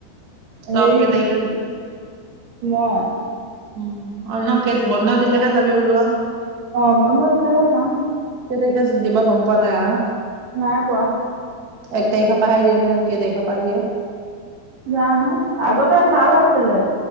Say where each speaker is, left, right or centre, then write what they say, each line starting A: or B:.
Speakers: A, on the right; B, on the right.
A: হেৰি
B: তই কেই তাৰিখে যাবি?
A: মই
B: উম। বন্ধ দিলেহে যাবি বোলো আৰু?
A: অ' বন্ধ দিলেহে যাম।
B: কেই তাৰিখে দিব গম পোৱা নাই আৰু।
A: নাই পোৱা।
B: এক তাৰিখৰ পাহে দিয়ে নে, কেই তাৰিখৰ পা দিয়ে।
A: জানো। আগতে ভাল আছিলে।